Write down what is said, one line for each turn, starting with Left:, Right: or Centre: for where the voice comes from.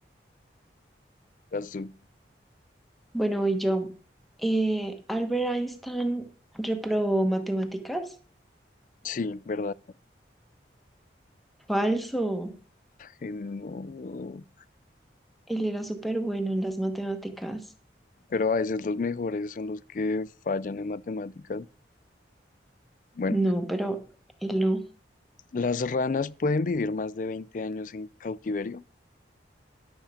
Left: las du-
Centre: Bueno, voy yo. Eh, Albert Einstein reprobó matemáticas.
Left: sí, verdad.
Centre: Falso.
Left: eh, no,
Centre: Él era súper bueno en las matemáticas.
Left: Pero a veces los mejores son los que fallan en matemáticas. Bueno,
Centre: No, pero él no.
Left: las ranas pueden vivir más de 20 años en cautiverio.